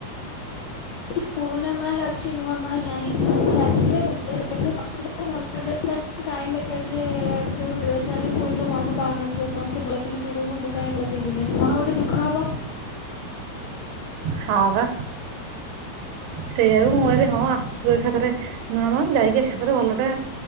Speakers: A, on the left (about 75°); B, on the right (about 80°).
A: ତୁ ପୁରୁଣା ମାଲ ଅଛି ନୂଆ ମାଲ୍ ନାହିଁ ନୂଆ ମାଲ ଆସିଲେ ଭଲ <unintelligible> ଭଲ। <inaudible> ମୁଁ କାଇଁ ବେକେର ଟାରେ ସିଆଡୁ ଡ୍ରେସ ଆଣି ଫୁଣି ତୁ ମନକୁ ପାଉ ନଥିବ ସମସ୍ତେ ଭଲ ପିନ୍ଧୁଥିବେ ତୁ କହୁବୁ ମୁଁ କାଇଁ ଭଲ ପିନ୍ଧିଲିଣି ମନ ଗୋଟେ ଦୁଃଖ ହେବ।
B: ହଁ ବା। ସେଇଆକୁ ମୁଁ କହିଲି ହଁ ଆସୁଛୁ ଏକାଥରେ ନୂଆ ମାଲ ଯାଇକି ଏକାଥରେ ଭଲଟେ